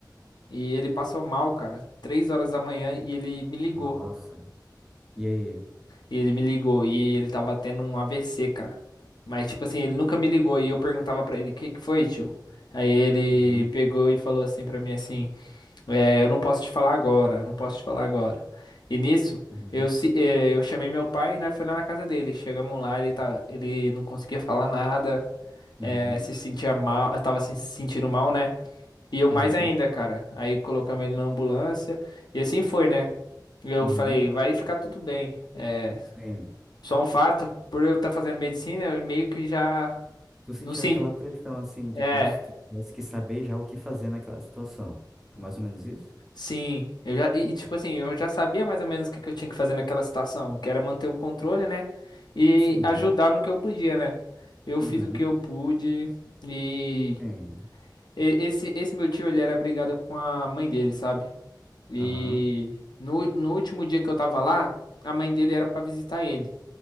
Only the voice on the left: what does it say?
e ele passou mal, cara. três horas da manhã e ele me ligou.
E ele me ligou e ele tava tendo um AVC, cara. Mas, tipo assim, ele nunca me ligou e eu perguntava pra ele, o que que foi, tio? Aí ele
pegou e falou assim pra mim, assim, é, eu não posso te falar agora, eu não posso te falar agora. E nisso,
eu, se- é, eu chamei meu pai, né, foi lá na casa dele. Chegamos lá, ele, tá, ele não conseguia falar nada,
é, se sentia mal, tava se sentindo mal, né? E eu
mais ainda, cara. Aí colocamos ele na ambulância e assim foi, né? Eu
falei, vai ficar tudo bem. É,
só um fato, por eu estar fazendo medicina, eu meio que já
não sei.
É,
sim. Eu já e e, tipo assim, eu já sabia mais ou menos o que que eu tinha que fazer naquela situação, que era manter o controle, né? E
ajudar no que eu podia, né? Eu fiz
o que eu pude e
E- Esse, esse meu tio, ele era brigado com a mãe dele, sabe? E
no, no último dia que eu tava lá, a mãe dele era pra visitar ele.